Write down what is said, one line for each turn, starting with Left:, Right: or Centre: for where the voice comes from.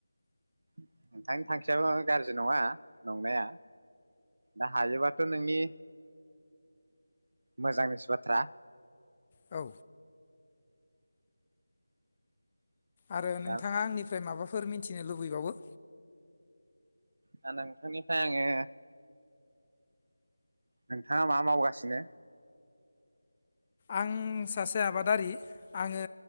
Right: नोंथां थांखियाबो गाज्रि नङा नंनाया दा हायोबाथ' नोंनि मोजांनिसो बाथ्रा
Left: औ आरो नोंथाङा
Right: दा
Left: आंनिफ्राय माबा फोर मिन्थिनो लुबैबावो
Right: दा नोंथांनिफ्राय आङो नोंथाङा मा मावगासिनो
Left: आं सासे आबादारि आङो